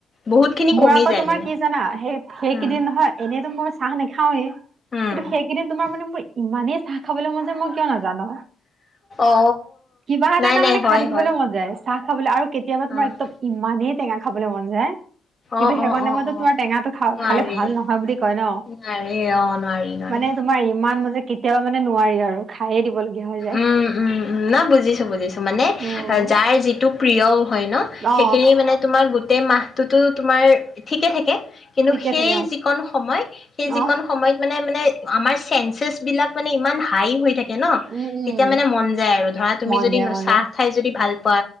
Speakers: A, on the left (about 30°); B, on the right (about 50°).
A: বহুত খিনি
B: মোৰ
A: কমি
B: আকৌ
A: যায়
B: তোমাৰ
A: মানে
B: কি জানা, সেই সেইকেইদিন
A: উম
B: নহয় এনেইতো মোৰ চাহ নেখাওঁৱে
A: উম
B: কিন্তু সেইকেইদিন তোমাৰ মানে মোৰ ইমানে চাহ খাবলৈ মন যায় মই কিয় নাজানো,
A: অ
B: কিবা এটা
A: নাই
B: এটা
A: নাই
B: মানে
A: হয়
B: খাই থাকিবলৈ
A: হয়
B: মন যায়। চাহ খাবলৈ আৰু কেতিয়াবা
A: অ
B: তোমাৰ একদম ইমানেই টেঙা খাবলৈ মন যায় কিন্তু
A: অ
B: সেইকণ
A: অ
B: টাইমত
A: অ অ
B: তোমাৰ টেঙাটো খা
A: নোৱাৰি
B: খালে ভাল নহয় বুলি কয় ন,
A: নোৱাৰি অ নোৱাৰি নোৱাৰি
B: মানে তোমাৰ ইমান মানে কেতিয়াবা মানে নোৱাৰি আৰু। খায়ে দিবলগীয়া হৈ যায়
A: উম- উম -উম, না বুজিছো বুজিছো, মানে
B: উম,
A: যাৰ যিটো প্ৰিয়ও হয় ন
B: অ
A: সেইখিনি মানে তোমাৰ গোটেই মাহটোতো তোমাৰ ঠিকে থাকে কিন্তু
B: ঠিকে
A: সেই
B: থাকে অ
A: যিকন সময় সেই যিকণ
B: অ
A: সময়ত মানে মানে আমাৰ চেনচাছ বিলাক মানে ইমান হাই হৈ থাকে ন
B: উম উম
A: তেতিয়া মানে মন যায় আৰু ধৰা তুমি
B: মন
A: যদি
B: যায় মন
A: চাহ
B: যায়
A: খাই যদি ভাল পোৱা।